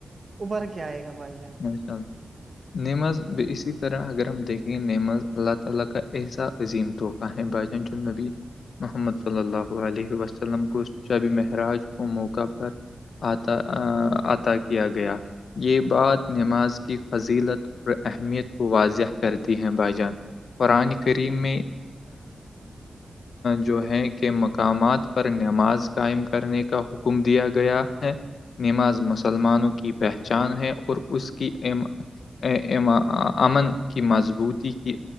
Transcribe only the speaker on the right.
ابھر کے آئے گا بھائی جان